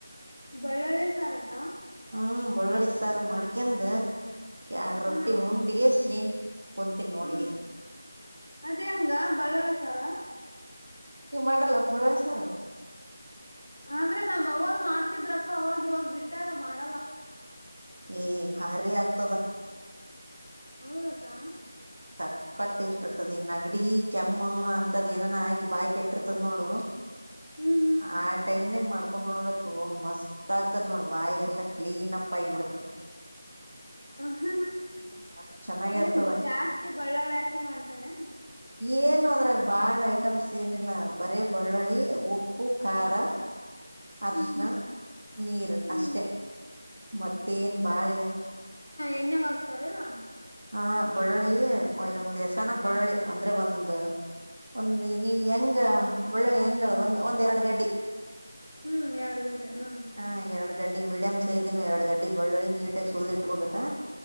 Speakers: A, on the left (about 75°); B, on the right (about 25°).
A: ಬಳ್ಳಳ್ಳಿ ಸಾರ ಕ್ಕ
B: ಹ್ಮ ಬಳ್ಳಳ್ಳಿ ಸಾರ್ ಮಾಡ್ಕಂದ ಎರಡ್ ರೊಟ್ಟಿ
A: ಹ್ಮ್
B: ಉಂಡಗಸಿ ಕುಂತೀನಿ ನೋಡಿ
A: ಹ್ಮ್ ಅದ್ ಹೆಂಗ ಬಳ್ಳಾಳ್ಳಿ ಸಾರ
B: ನೀವ್ ಮಾಡಲ್ಲ ಅನ್ ಬಳ್ಳಳಿ ಸಾರ್.
A: ಆದ್ರೆ ನಮ್ ಅವ್ವಾರಾ ಮಾಡ್ತಿದ್ರಕ್ಕ ಅವಾಗ ಇವಾಗ ಬಿಟ್ಟ್ಯಾರ ಮಾಡಲ್ಲ.
B: ಏ ಭಾರಿ ಆಗ್ತದಾ.
A: ಹೌದ ಅಕ್ಕ
B: ಸತ್ ಕಟ್ಟ ಇಷ್ಟ ಇರ್ತದೆ ಈ ನಗಡಿ ಕೆಮ್ಮ ಅಂತದ್ ಏನ ಆಗಿ ಬಾಯಿ ಕೆಟ್ಟಿರ್ತದ ನೋಡು
A: ಹ್ಮ್
B: ಆ ಟೈಮ್ನಂಗ್ ಮಾಡ್ಕೊಂಡ್ ಹೊಣ್ಬೇಕು ಮಸ್ತ್ ಆಗ್ತದ ನೋಡ್ ಬಾಯಿ ಎಲ್ಲಾ ಕ್ಲೀನ್ ಅಪ್ ಆಗಿಬಿಡ್ತದ.
A: ಹ್ಮ್
B: ಹ್ಮ್ ಅಷ್ಟ್ ಚೆನ್ನಾಗಿ
A: ಏನ್
B: ಆಗ್ತದ
A: ಜಾಸ್ತಿ ಬಳ್ಳೋಳೀ ಹಾಕಿ ಮಾಡ್ತಾರೆ ಏನು
B: ಏನು ಅದ್ರಾಗ ಬಾಳ ಐಟಮ್ಸ್ ಏನಿಲ್ಲ ಬರಿ ಬಳ್ಳುಳ್ಳಿ ಉಪ್ಪು ಖಾರ ಅರ್ಶಣ
A: ಹ್ಮ್
B: ನೀರ್
A: ಹ್ಮ್
B: ಅಷ್ಟೇ ಮತ್ತೇನ್ ಬಾಳ
A: ಎಣ್ಣಗ್ ಹಾಕತಾರಲ್ಲ
B: ಹ ಬಳ್ಳಳ್ಳಿ ಒಂದ್ ಎಸನ ಬಳ್ಳಳ್ಳಿ ಅಂದ್ರೆ ಒಂದ ಒಂದ ನೀವು ಹೆಂಗ ಬಳ್ಳಳ್ಳಿ ಹೆಂಗ ಹೇಳ ಒಂದು ಒಂದ್ ಎರಡು ಗಡ್ಡಿ
A: ಹ್ಮ್ ಎರಡು ಗಡ್ಡೆ ಹ
B: ಹ ಎರಡು ಗಡ್ಡಿ ಮೀಡಿಯಂ ಸೈಜ್ನು ಎರಡು ಗಡ್ಡಿ ಬಳ್ಳುಳ್ಳಿ ನೀಟಾಗಿ ಸುಲ್ದ ಇಟ್ಕೋಬೇಕಾ